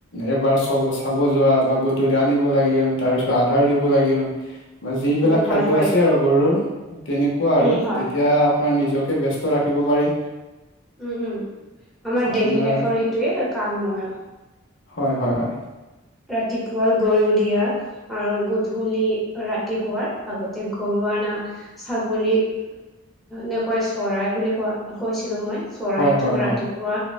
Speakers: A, on the left (about 60°); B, in the centre.
A: এবাৰ চ চাব যোৱা বা গধূলি আনিব লাগিল তাৰপিছত আধাৰ দিব বা যিবিলাক
B: উম, হয়,
A: খাদ্য
B: হয়,
A: আছে আৰু গৰুৰ তেনেকুৱা আৰু
B: উম, হয়,
A: তেতিয়া আপোনাৰ নিজকে ব্যস্ত ৰাখিব পাৰি।
B: উম, উম আমাৰ
A: আপোনাৰ
B: ডেইলী লাইফৰ সেইটোৱে কাম আৰু।
A: হয়, হয়, হয়।
B: ৰাতিপুৱাৰ গৰু দিয়া। আৰু গধূলি ৰাতি শোৱাৰ আগতে গৰু আনা ছাগলী নেকৈ চৰাই বুলি কোৱা কৈছিলো মই। চৰাইটোক
A: হয় হয় হয়
B: ৰাতিপুৱা